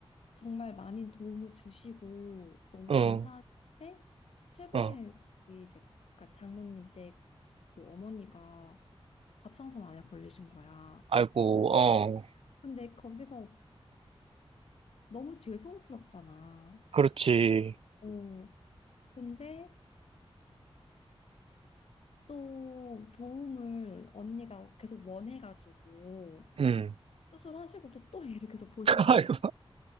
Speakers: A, on the left; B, on the right.
A: 정말 많은 도움을 주시고 너무
B: 응,
A: 감사한데 최근에
B: 어.
A: 거기 이제 그러니까 장모님 댁그 어머니가 갑상선 암에 걸리신 거야.
B: 아이고, 어,
A: 근데 거기서 너무 죄송스럽잖아.
B: 그렇지.
A: 음, 어, 근데 또 도움을 언니가 계속 원해가지고
B: 음.
A: 수술하시고도 또 <laughs> 얘를 계속 보시고
B: <laughs> 아이고,
A: 계시고